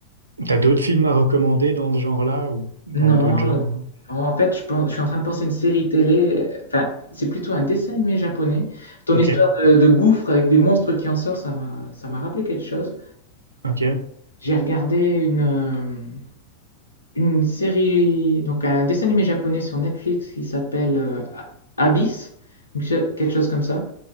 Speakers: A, on the right (about 75°); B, on the left (about 75°).
A: t'as d'autres films à recommander dans ce genre-là ou dans
B: Non,
A: d'autres genres?
B: euh, en fait, je pense, je suis en train de penser à une série télé. euh, Enfin, c'est plutôt un dessin animé japonais. Ton
A: Ok.
B: histoire de, de gouffre avec des monstres qui en sortent, ça m'a, ça m'a rappelé quelque chose.
A: Ok.
B: J'ai regardé une, euh, une série, donc un dessin animé japonais sur Netflix qui s'appelle euh, A- Abyss, donc che- quelque chose comme ça.